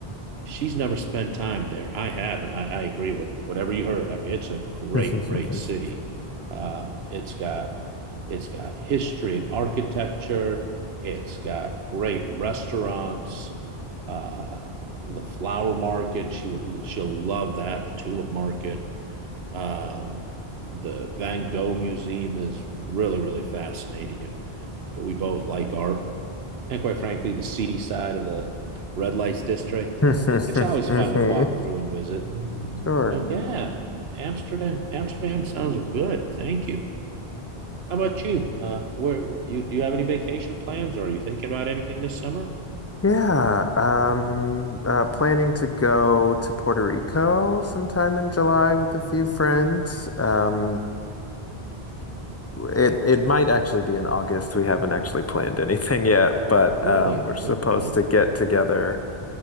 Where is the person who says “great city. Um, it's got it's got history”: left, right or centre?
Right